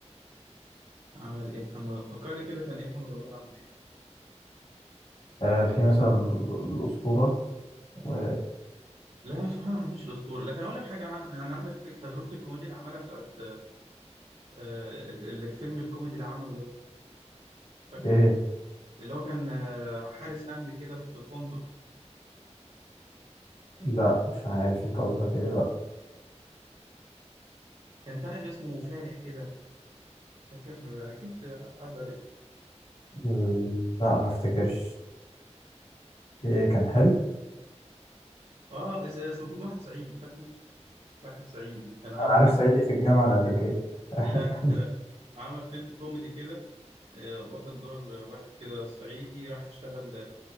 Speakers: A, on the right; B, on the left.
A: عمل ايه محمد فكرني كده كان ايه محمد رمضان عمل ايه
B: آه، في مثلا الأسطورة و
A: لا سبحان الله ما حبيتش الاسطوره لكن اقول لك حاجه عن يعني عندك في تجربه الكوميديا اللي عملها بتاعت آه، ال- الفيلم الكوميدي اللي عمله ده فاكره
B: ايه
A: اللي هو كان آه، حارس امن كده في فندق
B: لا مش عارف انت قصدك ايه لا
A: كان طالع باسمه فالح كده فاكر آه، اكيد عدى عليك
B: م، لا ما افتكرش ايه كان حلو
A: اه اس- اسمه فيلم واحد صعيدي فاكره واحد صعيدي كان عامل
B: انا عارف
A: كده
B: صعيدي في الجامعة الأمريكية <laughs>
A: لا <laughs> لا عمل فيلم كوميدي كده آه، واخد دور آه، واحد كده صعيدي راح يشتغل